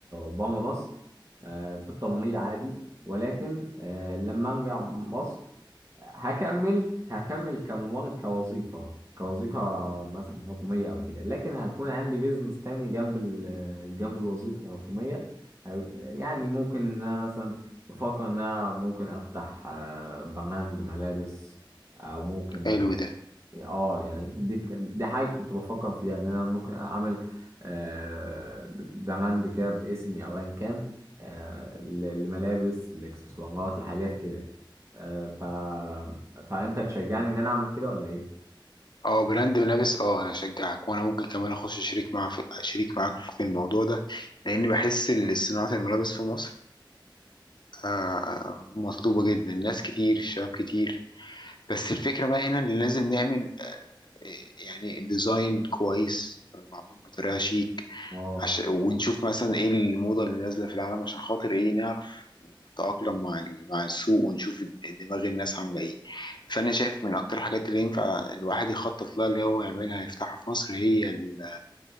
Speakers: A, on the right; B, on the left.
A: بره مصر آه، في التمريض عادي ولكن آه، لما أرجع مصر هكمل هكمل كمبان كوظيفة كوظيفة مثلا حكومية أو كده لكن هتكون عندي بيزنس تاني جنب ال جنب الوظيفة الحكومية هيبقى- يعني ممكن إن أنا مثلا بفكر إن أنا ممكن أفتح آه، براند ملابس أو ممكن
B: حلو ده
A: يعني، اه يعني دي ك- دي حاجة كنت بفكر فيها ان انا ممكن اعمل آه، براند كده باسمي او ايا كان آه، ل- لملابس لاكسسوارات لحاجات كده آه، ف فانت تشجعني ان انا اعمل كده ولا ايه؟
B: اه براند ملابس اه انا اشجعك وانا ممكن كمان اخش شريك مع في شريك معاك في الموضوع ده لان بحس ان صناعه الملابس في مصر آه، آه، مطلوبه جدا ناس كتير شباب كتير بس الفكره بقى هنا اللي لازم نعمل آه، يعني ديزاين كويس آه، معمول بطريقه شيك
A: اه
B: عشان ونشوف مثلا ايه الموضة اللي نازلة في العالم عشان خاطر ايه نعرف نتأقلم مع ال- مع السوق ونشوف دماغ الناس عاملة ايه فأنا شايف من أكتر الحاجات اللي ينفع الواحد يخطط لها اللي هو يعملها يفتحها في مصر هي ال-